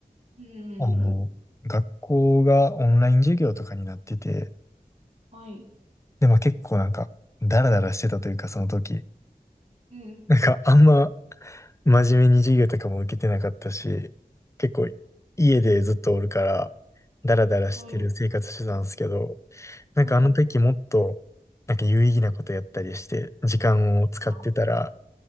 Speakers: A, on the right; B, on the left.
A: うん。
B: あの、学校がオンライン授業とかになってて、
A: はい。
B: で、まあ結構なんか、ダラダラしてたというか、その時。
A: うん。
B: なんか、あんま真面目に授業とかも受けてなかったし、結構家でずっとおるから、ダラダラしてる生活してたんですけど、
A: はい。
B: なんかあの時もっと、
A: はい。
B: なんか有意義なことやったりして、時間を使ってたら
A: あ、